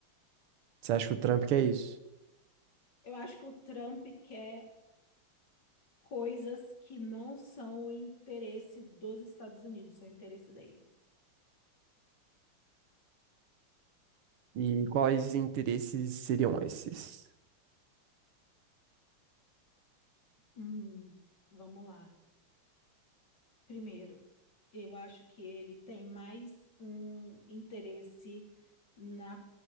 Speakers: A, on the right; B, on the left.
A: Você acha que o Trump quer isso?
B: Eu acho que o Trump quer coisas que não são o interesse dos Estados Unidos, são o interesse dele.
A: E quais interesses seriam esses?
B: Hum, vamos lá. Primeiro, eu acho que ele tem mais um interesse na